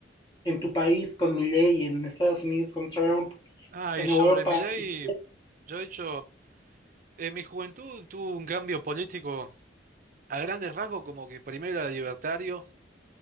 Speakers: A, on the left (about 25°); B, on the right (about 45°).
A: En tu país con Milei, en Estados Unidos con Trump,
B: Ah,
A: en
B: y sobre
A: Europa.
B: Milei,
A: Y
B: yo he hecho, en mi juventud tuvo un cambio político a grandes rasgos, como que primero era libertario,